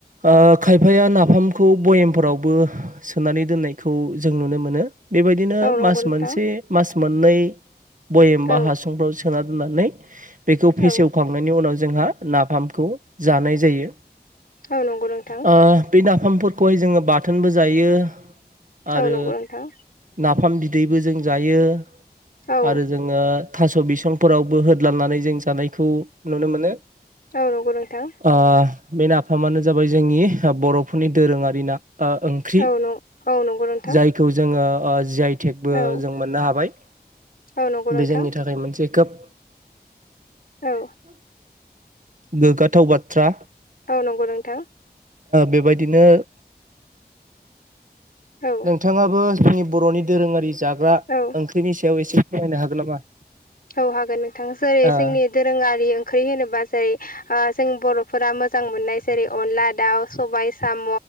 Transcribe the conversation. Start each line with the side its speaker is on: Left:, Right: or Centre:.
Right: ओ खायफाया नाफामखौ बयेमफोरावबो सोनानै दोननायखौ जों नुनो मोनो। बेबायदिनो
Left: औ नंगौ
Right: मास
Left: नोंथां
Right: मोनसे मास मोननै बयाम बा
Left: औ
Right: हासुंफ्राव सोना। होननानै बेखौ फेसेवखांनायनि
Left: औ
Right: उनाव जोंहा नाफामखौ जानाय जायो।
Left: औ नंगौ नोंथां।
Right: ओ बे नाफामफोरखौहाय जोङो बाथोनबो जायो आरो
Left: औ नंगौ नोंथां
Right: नाफाम बिदै दैबो जों जायो
Left: औ
Right: आरो जोङो। थास' बिसंफोरावबो होदलांनानै जों जानायखौ नुनो मोनो।
Left: औ नंगौ नोंथां।
Right: ओ बे नाफामानो जाबाय जोंनि बर'फोरनि दोरोङारि ना। ओंख्रि
Left: औ न औ नंगौ नोंथां
Right: जायखौ जोङो। जि आइ टेकबो
Left: औ
Right: जों मोननो हाबाय
Left: औ नंगौ नोंथां
Right: बे जोंनि थाखाय मोन। मोनसे खोब
Left: औ
Right: गोग्गाथाव बाथ्रा।
Left: औ नंगौ नोंथां।
Right: बेबायदिनो
Left: औ
Right: नोंथाङाबो जोंनि बर'नि दोरोङारि जाग्रा
Left: औ
Right: ओंख्रिनि सायाव एसे फोरमायनो हागोन नामा?
Left: औ हागोन नोंथां जेरै
Right: ओ
Left: जोंनि दोरोङारि ओंख्रि होनोबा जेरै जों। बर'फोरा मोजां मोननाय जेरै अनला दाउ सबाय साम'